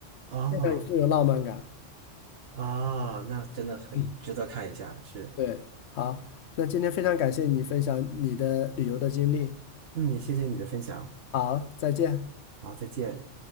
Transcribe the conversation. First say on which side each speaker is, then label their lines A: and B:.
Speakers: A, on the right; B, on the left.
A: 啊。
B: 非常有富有浪漫感。
A: 啊，那真的很值得看一下，
B: 嗯，
A: 是，
B: 对，好，那今天非常感谢你分享你的旅游的经历，
A: 嗯，谢谢你的分享，
B: 好，再见。
A: 好，再见。